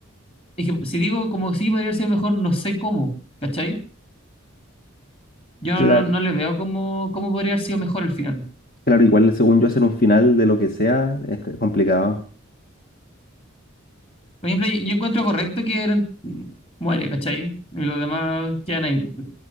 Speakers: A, on the left; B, on the left.
A: es que si digo como sí podría haber sido mejor, no sé cómo, ¿cachai? Yo
B: Claro.
A: no, no le veo cómo, cómo podría haber sido mejor el final.
B: Claro, igual según yo hacer un final de lo que sea es complicado.
A: Por ejemplo, yo, yo encuentro correcto que Eren mm, muere, ¿cachai? Y los demás quedan ahí. pues. Yo